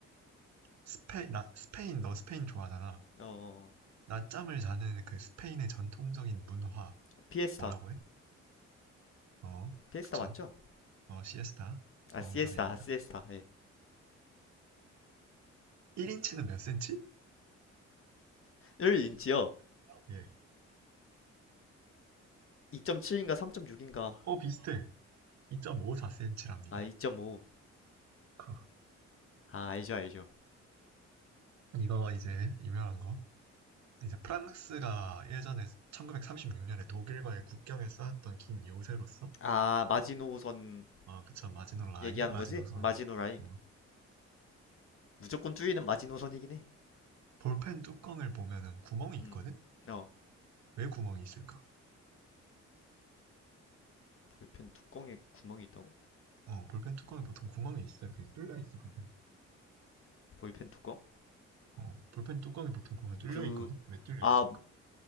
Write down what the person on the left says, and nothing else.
어, 어,
어. 피에스타.
피에스타
맞죠?
아, 시에스타. 아, 시에스타. 예.
1인치요.
2.7인가 3.6인가?
아, 2.5.
아, 알죠, 알죠.
아, 마지노선
얘기하는
거지? 마지노 라인.
무조건 뚫리는 마지노선이긴 해.
음. 어.
볼펜 뚜껑에 구멍이 있다고?
볼펜 뚜껑?
그,
아,